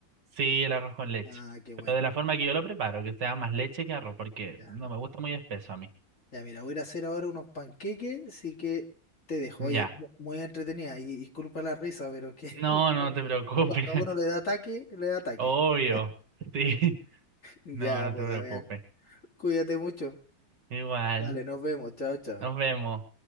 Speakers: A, on the right; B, on the left.
A: Sí, el arroz con leche.
B: Ah, qué bueno.
A: Pero de la forma que yo lo preparo, que sea más leche que arroz, porque
B: Ya,
A: no me gusta muy espeso a mí.
B: ya mira, voy a ir a hacer ahora unos panqueques, así que te dejo.
A: Ya.
B: Oye, mu- muy entretenida y disculpa la risa, pero que
A: No,
B: <laughs>
A: no te preocupes.
B: cuando
A: <laughs>
B: a uno le da ataque, le da ataque.
A: Obvio.
B: <laughs>
A: Sí.
B: Ya,
A: No, no
B: pues,
A: te preocupes.
B: Damián, cuídate mucho.
A: Igual.
B: Dale, nos vemos. Chao, chao.
A: Nos vemos.